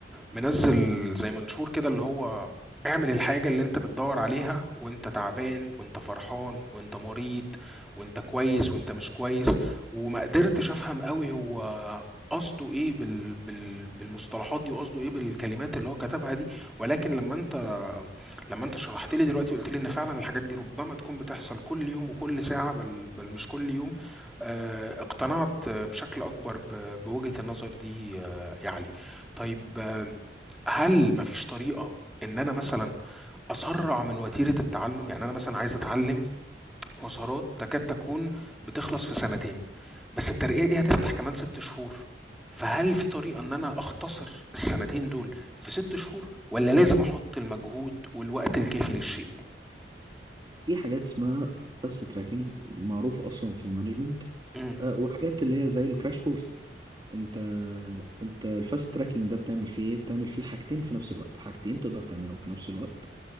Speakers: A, in the centre; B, on the right (about 25°).
A: منزل زي منشور كده اللي هو اعمل الحاجة اللي انت بتدور عليها وانت تعبان وانت فرحان وانت مريض وانت كويس وانت مش كويس وما قدرتش افهم قوي هو قصده ايه بال... بال... بالمصطلحات دي وقصده ايه بالكلمات اللي هو كتبها دي ولكن لما انت لما انت شرحت لي دلوقتي وقلت لي ان فعلا الحاجات دي ربما تكون بتحصل كل يوم وكل ساعة بل, بل مش كل يوم آه اقتنعت بشكل اكبر ب... بوجهة النظر دي آه يا علي طيب آه هل مفيش طريقة إن أنا مثلًا أسرّع من وتيرة التعلُّم؟ يعني أنا مثلًا عايز أتعلِّم مسارات تكاد تكون بتخلص في سنتين، بس الترقية دي هتفتح كمان 6 شهور، فهل في طريقة إن أنا أختصر السنتين دول في 6 شهور والّا لازم أحُط المجهود والوقت الكافي للشيء؟
B: في حاجات اسمها فاست تراكنج معروفة اصلا في المانجمنت
A: إمم،
B: آه، وحاجات اللي هي زي الكراش كورس انت انت الفاست تراكنج ده بتعمل فيه ايه بتعمل فيه حاجتين في نفس الوقت حاجتين تقدر تعملهم في نفس الوقت